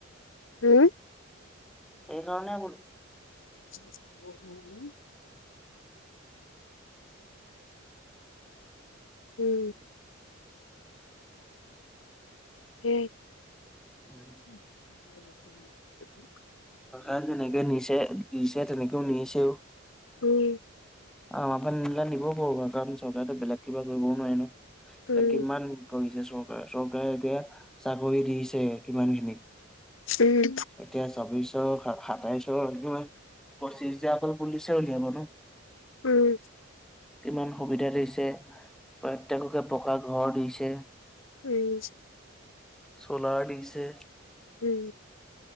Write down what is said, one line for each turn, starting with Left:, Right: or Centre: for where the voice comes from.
Left: হু?
Centre: এইকাৰণে বুলো।
Left: <unintelligible> উম। কেই।
Centre: উম।
Left: <unintelligible>
Centre: অ' যেনেকে নিছে, নিছে তেনেকেও মিলিছেও।
Left: উম।
Centre: আ, আপুনি নিলে নিব পাৰিব কাৰণ চৰকাৰেতো বেলেগে কিবা কৰিবও নোৱাৰে ন'।
Left: উম,
Centre: তে কিমান কৰিছে চৰকাৰে, চৰকাৰে এতিয়া চাকৰি দিছে কিমানখিনিক।
Left: উম।
Centre: এতিয়া চৌবিশৰ, সাতাইশৰ পঁচিছ হাজাৰতো অকল পুলিচে উলিয়াব ন'।
Left: উম।
Centre: কিমান সুবিধা দিছে, প্ৰত্যেককে পকা ঘৰ দিছে।
Left: উম।
Centre: চ'লাৰ দিছে।
Left: উম।